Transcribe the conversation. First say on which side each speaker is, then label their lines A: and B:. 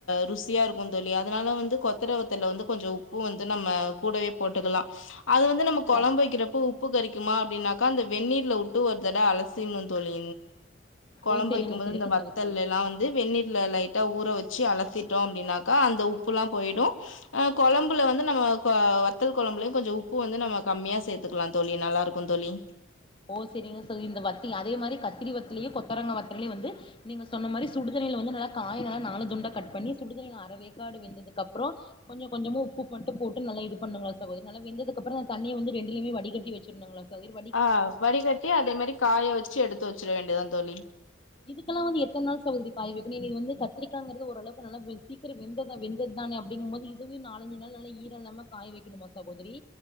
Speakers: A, on the left; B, on the left.
A: ருசி இருக்கும் தோழி அதனால வந்து கொத்தரவத்தல வந்து கொஞ்சம் உப்பும் வந்து நம்ம கூடவே போட்டுக்கலாம் அது வந்து நம்ம குழம்பு
B: ஓ
A: வைக்கிறப்ப உ உப்பு கறிக்குமா அப்படின்னாக்கா அந்த வெநீர்ல விட்டு ஒரு தட அலசிர்ன்னும் தோழி குழம்பு
B: ஓ செரிங்க
A: வைக்கும்போது
B: செரிங்க
A: இந்த வத்தல்
B: சகோதரி
A: எல்லாம் வந்து வெநண்ணில்ல லைட்டா ஊற வச்சு அலத்திட்டோம் அப்படின்னாக்கா அந்த உப்பு எல்லாம் போயிடும் கொழம்புல வந்து நம்ம க வத் தல் குழம்பலேயும் கொஞ்ச உப்பு வந்து நம்ம கம்மியா சேர்த்துலாம் தழி நல்லா இருக்கும் தோழி
B: ஓ செரிங்க செரி இந்த வத்தி அதே மாரி கத்திரி வத்தலயு கொத்தரங்க வத்தலையு வந்து நீங்க சொன்ன மாரி சுடுதண்ணியில வந்து நல்லா காய் நல்லா நாலு துண்டா கட் பண்ணி சுடுதண்ணியில அறவேக்காடு வெந்ததுக்கு அப்புறோ கொஞ்ச கொஞ்சமா உப்பு மட்டு போட்டு நல்லா இது பண்ணுங்களா சகோதரி நல்லா வெந்ததுக்ப்புறோ தண்ணிய வந்து ரெண்டுலயுமே வடிகட்டி வச் சுன்னுங்களா சகோரி
A: ஆ வடிகட்டி அதே மாரி காய வச்சு எடுத்து வச்சிட வேண்டியதா தோழி
B: இதுக்கல்லா வந்து எத்தன் நாள் சகோதரி காய் வைக்கனு இன்னைக் வந்து கத்திரிக்காங்கிறது ஓரளவுக்கு நல்ல சீக்கிர வெந்ததா வெந்ததுதான அப்டிங்கும் போது இதுவே நாலஞ்சு நாள் நல்ல ஈரோ இல்லாம காய வைக்கணுமா சகோதரி